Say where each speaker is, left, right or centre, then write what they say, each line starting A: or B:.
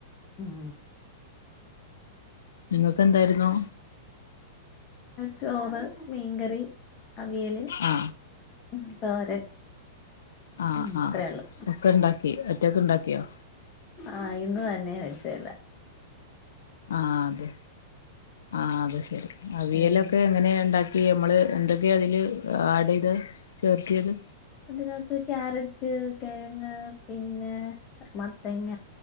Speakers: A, on the left; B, on the left.
A: ഉം.
B: നിങ്ങൾക്ക് എന്തായിരുന്നു?
A: ചോറ് മീൻകറി. അവിയല്,
B: ആ
A: ഉം തോരൻ.
B: ആഹ്
A: ഉം ഇത്രേള്ളൂ
B: ആഹ്‌ ഒക്കെ ഉണ്ടാക്കി ഒറ്റക്ക് ഉണ്ടാക്കിയോ?
A: ആഹ്‌ ഇന്ന് തന്നെ വെച്ചല്ലാ.
B: ആഹ്‌ അതെ ആഹ്‌ അതെ ശരി അവിയലൊക്കെ
A: ഏഹ്
B: എങ്ങനെ ഉണ്ടാ നമ്മള് എന്തൊക്കെ അതില് ആഡ്യ്ത് ചേർത്യത്?
A: അതിനകത്ത് ക്യാരറ്റ്, കേഴങ്ങ്, പിന്നെ മത്തങ്ങ